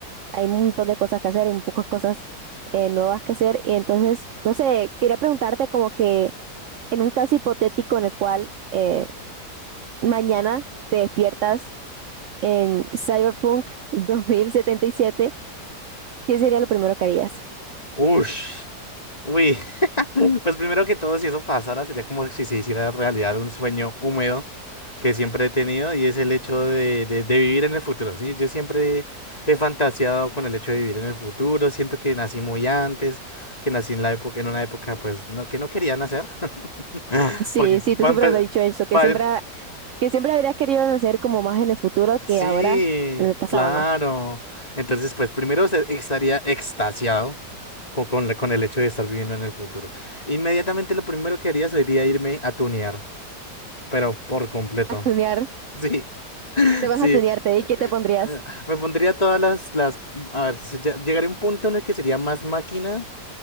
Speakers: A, on the right; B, on the left.
A: Hay un montón de cosas que hacer, hay pocas cosas eh, nuevas que hacer. Y entonces, no sé, quería preguntarte como que... En un caso hipotético en el cual eh, mañana te despiertas en Cyberpunk <laughs> 2077, ¿qué sería lo primero que harías?
B: Ush. Uy. <laughs> Pues primero que todo, si eso pasara, sería como si se hiciera realidad un sueño húmedo que siempre he tenido y es el hecho de, de, de vivir en el futuro, ¿sí? Yo siempre he fantaseado con el hecho de vivir en el futuro, siento que nací muy antes, que nací en la época, en una época, pues, no, que no quería nacer. <laughs>
A: Sí,
B: Porque va
A: sí, tú siempre
B: a empe-
A: me has dicho eso,
B: pa-
A: que siempre, ha- que siempre habrías querido hacer como más en el futuro que
B: Sí,
A: ahora en el pasado,
B: claro.
A: ¿no?
B: Entonces, pues primero se- estaría extasiado con, con, la- con el hecho de estar viviendo en el futuro. Inmediatamente lo primero que haría sería irme a tunear, pero por completo.
A: A tunear,
B: <laughs> Sí,
A: te vas
B: sí.
A: a
B: eh,
A: tunearte,
B: eh,
A: ¿y qué te pondrías?
B: eh, Me pondría todas las, las... A ver, se- ya- llegaría a un punto en el que sería más máquina